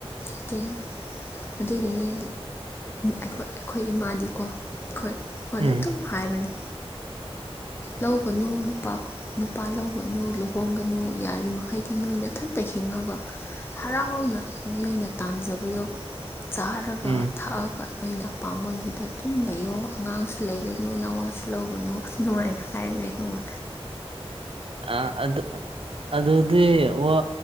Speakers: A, on the left (about 25°); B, on the right (about 60°).
A: ꯑꯗꯨꯅꯦ ꯑꯗꯨꯒꯤꯅꯦ ꯑꯩꯈꯣꯏ ꯏꯃꯥꯗꯤꯀꯣ ꯑꯩꯈꯣꯏꯗ
B: ꯎꯝ
A: ꯑꯗꯨꯝ ꯍꯥꯏꯕꯅꯦ ꯂꯧꯒꯅꯨ ꯅꯨꯄꯥ ꯅꯨꯄꯥ ꯂꯧꯒꯅꯨ ꯂꯨꯍꯣꯡꯒꯅꯨ ꯌꯥꯔꯤꯃꯈꯩꯗꯤ ꯅꯣꯏ ꯏꯊꯟꯇ ꯍꯤꯡꯉꯒ ꯍꯔꯥꯎꯅ ꯅꯣꯏꯅ ꯇꯥꯟꯖꯕꯗꯣ ꯆꯥꯔꯒ
B: ꯎꯝ
A: ꯊꯛꯑꯒ ꯅꯣꯏꯅ ꯑꯄꯥꯝꯕꯒꯤꯗ ꯑꯗꯨꯝ ꯂꯩꯌꯣ ꯑꯉꯥꯡꯁꯨ ꯂꯩꯒꯅꯨ ꯅꯋꯥꯁꯨ ꯂꯧꯒꯅꯨ ꯅꯨꯡꯉꯥꯏꯅ ꯍꯥꯏꯕꯅꯦ ꯈꯪꯕ
B: ꯑ ꯑꯗ <inaudible> ꯑꯗꯨꯗꯤ ꯋꯥ